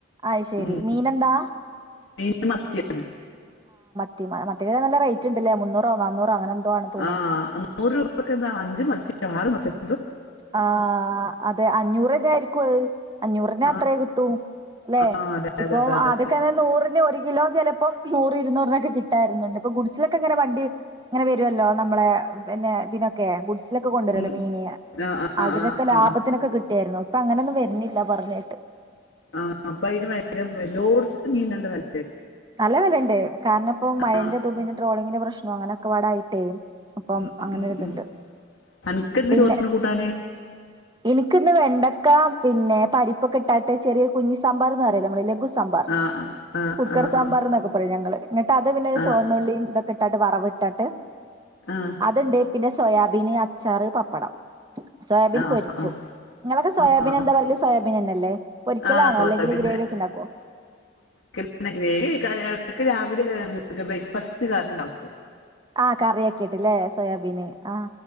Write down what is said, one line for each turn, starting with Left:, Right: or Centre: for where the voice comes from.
Right: അയ്ശരി
Left: ഉം.
Right: മീനെന്താ
Left: മീൻ മത്തിയാണ്
Right: മത്തികറി നല്ല റേറ്റ് ഉണ്ടല്ലേ മുന്നൂറോ നാന്നൂറോ അങ്ങനെ എന്തോ ആണ് തോന്നുന്നുണ്ട്
Left: ആ നൂറ് രൂപക്ക് എന്താ അഞ്ച് മത്തിയോ ആറ് മത്തിയോ
Right: ആ അതെ അഞ്ഞൂറീന് ആയിരിക്കും അത് അഞ്ഞൂറിന
Left: ആ
Right: അത്രയേ കിട്ടൂ അല്ലെ
Left: ആ അതെ
Right: ഇപ്പൊ
Left: അതെ അതെ അതെ
Right: ആദ്യ ഒക്കെ നൂറിന് ഒരു കിലോ ചെലപ്പോം നൂറ് ഇരുന്നൂറിനൊക്കെ കിട്ടായിരുന്നുണ്ട് ഇപ്പൊ ഗുഡ്സിലൊക്കെ ഇങ്ങനെ വണ്ടി ഇങ്ങനെ വരുവല്ലോ നമ്മളെ പിന്നെ ഇതിനൊക്കെ ഗുഡ്സിലൊക്കെ കൊണ്ടുവരുവല്ലോ
Left: ഉം.
Right: മീന്
Left: ആ ആ
Right: അതിലൊക്കെ
Left: ആ ആ
Right: ലാഭത്തിനൊക്കെ
Left: ആ
Right: കിട്ടിയായിരുന്നു ഇപ്പൊ അങ്ങനെയൊന്നും വരുണാല്ല പറഞ്ഞേട്ട്
Left: ആ അപ്പം അയിന് ഭയങ്കര റേ എല്ലോടത്തും മീൻ നല്ല വെലയ
Right: നല്ല വെലയൊണ്ട് കാരണം ഇപ്പം മഴന്റെ
Left: ആ
Right: ഇതും പിന്നെ ട്രോളിങ്ങിന്റെ പ്രശ്നാം അങ്ങനൊക്കെപാടായിട്ടേ അപ്പം
Left: ഉം,
Right: അങ്ങനെരിതുണ്ട്
Left: ഉം, ഉം. അനക്കെന്ത്
Right: പിന്നെ
Left: ചോറിന് കൂട്ടാന്
Right: എനിക്കിന്ന് വെ ണ്ടക്ക പിന്നെ പരിപ്പൊക്കെ ഇട്ടാട്ട് ചെറിയൊരു കുഞ്ഞി സാമ്പാറന്ന് പറയിലെ ഞമ്മള് ലഘു സാമ്പാർ
Left: ആഹ് ആ
Right: കുക്കർ സാമ്പാർ
Left: ആ
Right: എന്നൊക്കെ പറയും ഞങ്ങള് എന്നിട്ട് അത് പിന്നെ
Left: ആ
Right: ചുവന്നുള്ളി ഇതൊക്കെ ഇട്ടട്ട് വറവ് ഇട്ടട്ട്
Left: ആ
Right: അതുണ്ട് പിന്നെ സോയാബീന് അച്ചാറ് പപ്പടം സോയാബീൻ
Left: ആ
Right: പൊരിച്ചു
Left: ആ
Right: നിങ്ങളൊക്കെ സോയാബീൻ
Left: ആ
Right: എന്താ പറയല് സോയാബീൻ തന്നല്ലേ പൊരിക്കലാണോ
Left: ആ സോയാബീന്
Right: അല്ലെങ്കില് ഗ്രേവി ഒക്കെ ഇണ്ടാക്കോ
Left: <unintelligible> ഗ്രേവിക്ക് <inaudible> രാവിലെ ബ്രേക്ക്ഫാസ്റ്റ് കറി ണ്ടാക്കൂ
Right: ആ കറി ആക്കിട്ടല്ലേ സോയാബീന് ആ